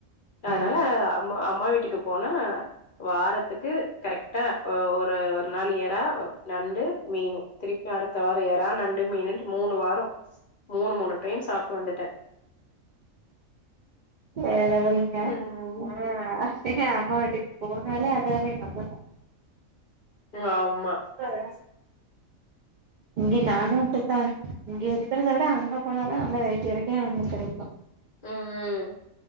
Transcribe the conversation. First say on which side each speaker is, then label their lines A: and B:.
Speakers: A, on the left; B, on the right.
A: அதனால
B: ஆ
A: அம்மா அம்மா வீட்டுக்கு போனா வாரத்துக்கு கரெக்டா ஒரு நாள் எறா நண்டு மீனு திருப்பி அடுத்த வார எறா நண்டு மீனுன்ட்டு மூணு வார மூணு மூணு டைம் சாப்ட்டு வந்துட்ட
B: எல வைங்க
A: ம்
B: ஆ எ அம்மா வீட்டுக்கு போனாலே அதுதானே எங்கம்மா சம
A: ம் ஆம்மா
B: அததா சமைப் இங்கே நானு அப்டித்தா இங்கே இருக்கிறத விட அங்க போனாதா நல்ல வெரைட்டி வெரைட்டியா நம்மளுக்கு கெடைக்கு
A: ம்